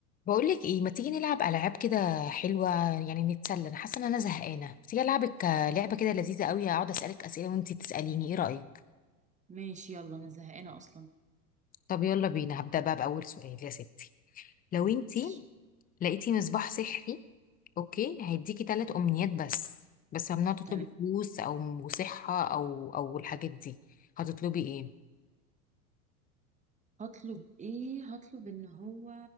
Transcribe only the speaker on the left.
بقولك ايه ما تيجي نلعب العاب كده حلوه يعني نتسلى انا حاسه ان انا زهقانه ما تيجي العبك آه، لعبه كده لذيذه قوي اقعد اسالك اسئله وانتي تساليني ايه رايك
طب يلا بينا هبدا بقى باول سؤال يا ستي لو
انتي لقيتي مصباح سحري اوكي هيديكي ثلاث امنيات بس بس ممنوع تطلبي
فلوس او صحه او او الحاجات دي هتطلبي ايه